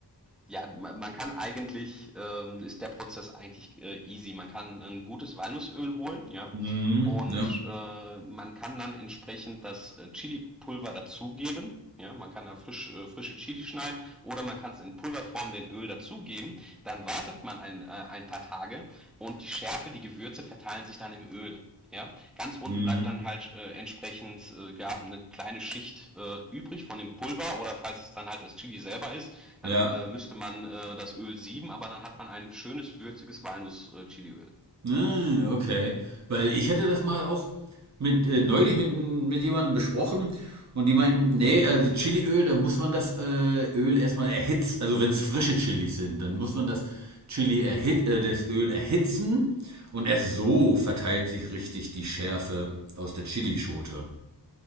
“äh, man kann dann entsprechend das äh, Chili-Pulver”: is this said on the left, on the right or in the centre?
Centre